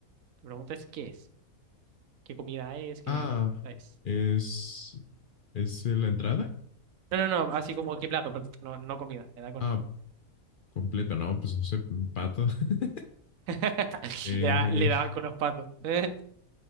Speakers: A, on the right; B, on the left.
A: Te preguntas qué es, qué comida es, qué
B: Ah,
A: es.
B: es, es la entrada.
A: No, no, no, así como qué plato, pero no, no comida. Me da con,
B: Ah, completa, no, pues no sé, pato. <laughs>
A: <laughs>
B: Eh,
A: Le, da- le daban con los patos. Eh,